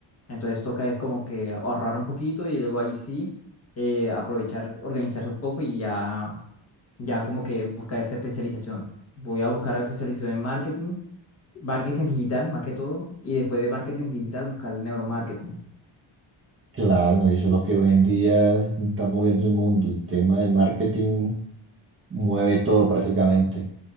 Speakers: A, on the left; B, on the right.
A: Entonces toca es como que ahorrar un poquito y luego ahí sí eh, aprovechar, organizarse un poco y ya, ya como que buscar esa especialización. Voy a buscar la especialización en marketing, marketing digital más que todo, y después de marketing digital buscar el neuromarketing.
B: Claro, no, y eso es lo que hoy en día está moviendo el mundo. El tema del marketing mueve todo prácticamente.